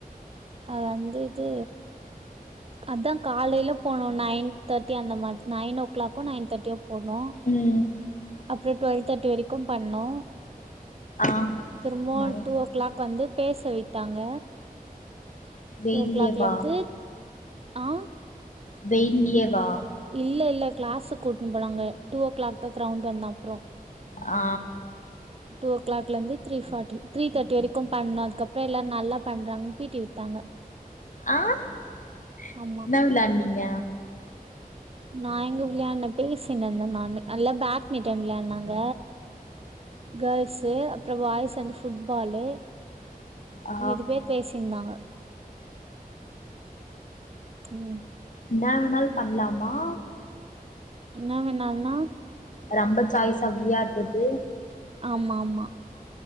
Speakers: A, on the right; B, on the left.
A: அ வந்து இது அதா காலையில போனும் நைன் தேர்ட்டி அந்த மாரி நைன் ஓ கிளாக்கோ நைன் தேர்டியோ போகணு
B: ம்
A: அப்புறம் டுவெல்வ தேர்ட்டி வரைக்கு பண்ணோ
B: ஆ
A: திரும்பவு
B: நை
A: டூ ஓ கிளாக் வந்து பேச விட்டாங்க
B: வெயில்லயே
A: டூ ஓ கிளாக்ல
B: வா
A: இருந்து ஆ
B: வெய்லியே வா
A: இல்ல இல்ல கிளாஸ கூட்டினனு போனாங்க டூ ஓ கிளாக் தா கிரௌண்ட் வந்த அப்புறம்
B: ஆ
A: டூ ஓ கிளாக்ல இருந்து த்ரீ தெர்டி த்ரீ தேர்டி வரைக்கும் பண்ணன அது அறம் எல்லாம் நல்லா பண்றாங்கு பீடி விட்டாங்க
B: ஆ என்ன
A: ஆமா
B: விளாண்டிங்க
A: நா எங்க விளையாடுனே பேசினினந்த நானு எல்லா பேட்மிண்டன் விளையாடுனாங்க கேர்ள்ஸ் அப்புறம் பாய்ஸ் வந்து புட்பாலு
B: ஆ
A: மிதி பேர் பேசியிருந்தாங்க ம்
B: என்ன வேணாலு பண்ணலாமா
A: நா வேணான்னா
B: ரம்ப சாய்ஸா விளியாட்றது
A: ஆமா ஆமா